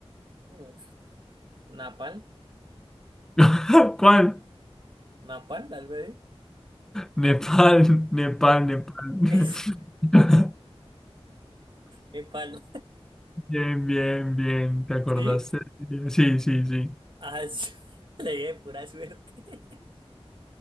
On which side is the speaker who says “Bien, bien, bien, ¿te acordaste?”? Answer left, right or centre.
Centre